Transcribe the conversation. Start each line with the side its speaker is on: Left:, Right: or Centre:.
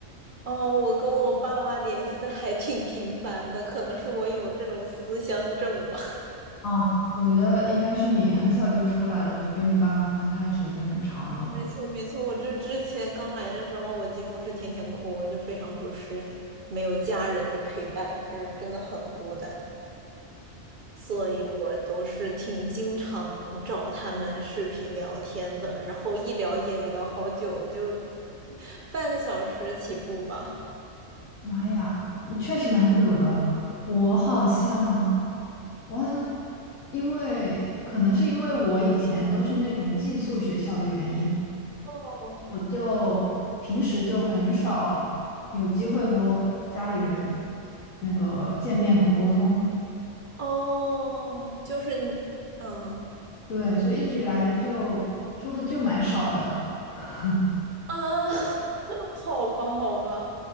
Right: 哦，我跟我爸妈联系的还挺频繁的，可能是我有这种思乡症吧。
Left: 啊，我觉得应该是你很小就出来了，你跟你爸妈分开时间很长了。
Right: 哦没错，没错，我这之前刚来的时候，我几乎是天天哭，我就非常不适应，没有家人的陪伴，就是真的很孤单，所以我都是挺经常找他们视频聊天的，然后一聊也聊好久，就半个小时起步吧。
Left: 妈呀，嗯确实蛮久的。我好像，我好像，因为可能是因为我以前都是那种寄宿学校的原因，
Right: 哦，
Left: 我就平时就很少有机会和家里人那个见面和沟通。
Right: 哦，就是你，嗯。
Left: 对，所以一直以来就说的就蛮少的。<laughs>
Right: 啊，<laughs> 好吧，好吧，